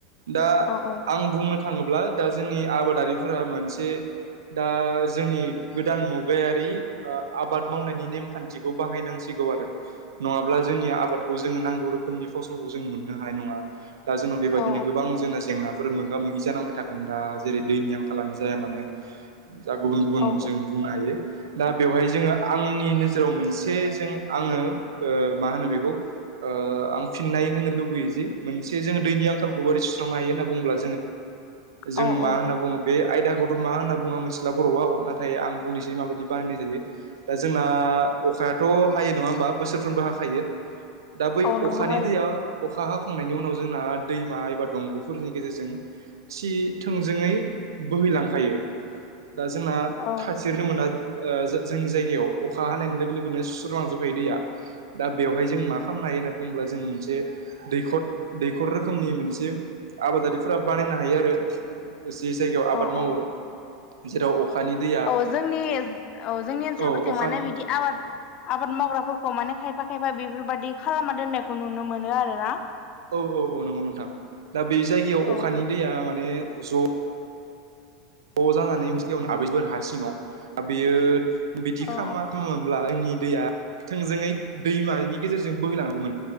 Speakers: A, on the right; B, on the left.
A: दा
B: औ औ
A: आं बुंनो थाङोब्ला दा जोंनि आबादारिफोरा मोनसे दा जोंनि गोदान मुगा गायारि आबाद मावनायनि नेम खान्थिखौ बाहायनांसिगौ आरो नङाब्ला जोंनि आबादखौ जोङो नांगौ रोखोमनि फसलखौ जों मननो हानाय नङा दा जोङो बे बादिनो
B: औ
A: गोबां जोंना फोर मोगा मोगि जानांबाय थागोन दा जेरै दैनि आंखालानो जाया मानो जा गुबुन गुबुन
B: औ
A: जों बुंनो हायो दा बेवहाय जोङो आंनि नोजोराव मोनसे जों आङो ओ मा होनो बेखौ आं फिननाय होनो लुबैयो जे मोनसे जों दैनि आंखालखौ बै सुस्रांनो हायो होनना बुब्ला जोङो
B: औ
A: मा
B: औ
A: होनना बुङो बे आयदाखौथ' मा होनना बुङो मिथिला बर'आव नाथाय आं बुंनोसै माबायदि बानायनाय जायो दा जोंना आ अखायाथ' हायो नङा होमबा बोसोरफ्रोमबो हाखायो दा बै
B: औ नंगौ
A: अखानि
B: हायो
A: दैया अखा हाखांनायनि उनाव जोंना दैमा एबा दंग' फोरनि गेजेरजों सि थोंजोङै बोहैलांखायो दा जोंना
B: औ
A: थथिरनो मोना ओ जोंनि जायगायाव अखा हानायनि लोगो लोगोनो सुस्रलांजोबखायो दैया दा बेवहाय जों मा खालामनो हाय- यो होनना बुंङोब्ला जोङो मोनसे दैखर दैखर रोखोमनि मोनसे आबादारिफोरा बानायनो हायो आरो जे जायगायाव
B: औ
A: आबाद मावो
B: औ
A: जेराव अखानि दैया
B: औ जोंनि औ जोंनि ओनसोलफोरथि
A: औ अखानि
B: माने बिदि आबाद आबाद मावग्राफोरखौ माने खायफा खायफा बेफोरबादि खालामना दोननायखौ नुनो मोनो आरोना
A: औ औ औ नंगौ नोंथाङा दा बै जायगायाव
B: औ
A: अखानि दैया माने ज' ज' जानानै मोनसे गेवनो आबै बोर हा सिङाव बेयो बिदि
B: औ
A: खालामा खालामोनब्ला जोंनि दैआ थोंजोङै दैमनि गेजेरजों बोहैलांगौमोन